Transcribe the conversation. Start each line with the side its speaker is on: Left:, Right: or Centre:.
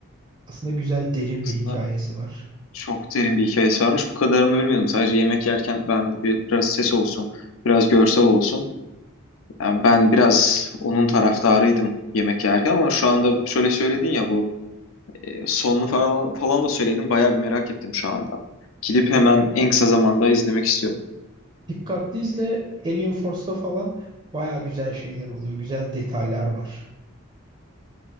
Right: Aslında güzel derin
Left: Aslında
Right: bir hikayesi var.
Left: çok derin bir hikayesi varmış. Bu kadarını bilmiyordum. Sadece yemek yerken ben de bir- biraz ses olsun, biraz görsel olsun. Yani ben biraz onun taraftarıydım yemek yerken ama şu anda şöyle söyledin ya bu e, sonunu falan, falan da söyledin Bayağı bir merak ettim şu anda. Gidip hemen en kısa zamanda izlemek istiyorum.
Right: Dikkatli izle Alien Force'da falan baya güzel şeyler oluyor. Güzel detaylar var.